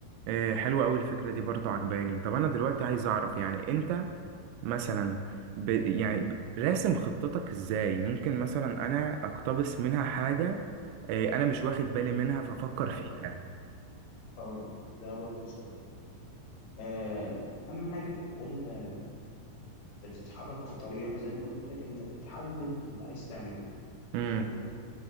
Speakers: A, on the right; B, on the left.
A: إيه حلوة أوي الفكرة دي برضو عجباني طب أنا دلوقتي عايز أعرف يعني أنت مثلا ب... يعني ب- راسم خطتك إزاي ممكن مثلا أنا أقتبس منها حاجة إيه أنا مش واخد بالي منها فأفكر
B: هقول
A: فيها
B: لك هقول لك ده برضه سؤال حلو آه، أهم حاجة وأنت بتتحرك في طريقك زي ما قلت لك أنت بتحدد أنت عايز تعمل إيه
A: امم
B: دي أول نقطة